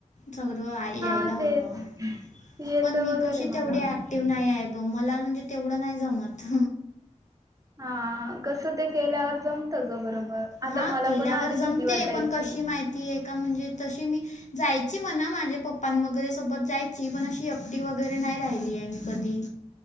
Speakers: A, on the left; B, on the right.
A: सगळं यायला
B: हा तेच
A: हवं.
B: येत
A: पण मी
B: वगैरे
A: कशी
B: मला
A: तेवढी ऍक्टिव्ह नाही आहे गं मला म्हणजे तेवढं नाही जमत.
B: हा कसं ते केल्यावर जमतं ग बरोबर. आता
A: हा
B: मला
A: केल्यावर
B: पण आधी
A: जमते
B: भीती वाटायची
A: पण कशी माहिती आहे का म्हणजे तशी मी जायची म्हणा माझ्या पप्पां वगैरे सोबत जायची पण अशी एकटी वगैरे नाही राहिलीय मी. कधी